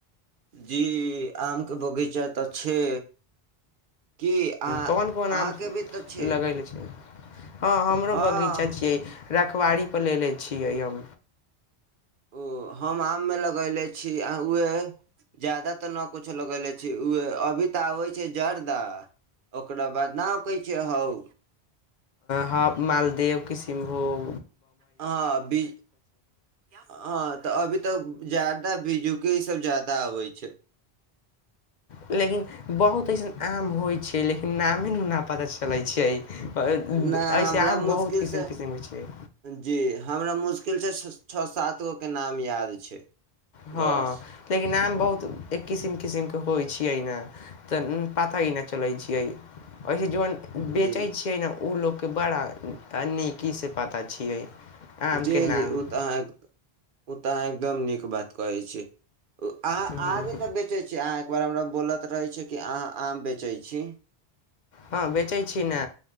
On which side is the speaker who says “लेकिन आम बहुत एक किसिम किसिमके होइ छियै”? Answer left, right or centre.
Left